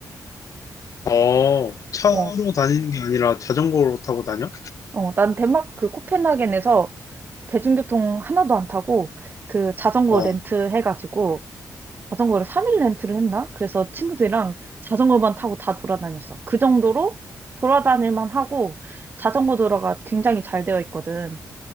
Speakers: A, on the left (about 60°); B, on the right (about 30°).
A: 어, 차로
B: 어,
A: 다니는 게 아니라 자전거로 타고 다녀?
B: 어, 난 덴마크 코펜하겐에서 대중교통 하나도 안 타고 그 자전거
A: 어,
B: 렌트 해가지고 자전거를 3일 렌트를 했나? 그래서 친구들이랑 자전거만 타고 다 돌아다녔어. 그 정도로 돌아다닐만 하고 자전거 도로가 굉장히 잘 되어 있거든.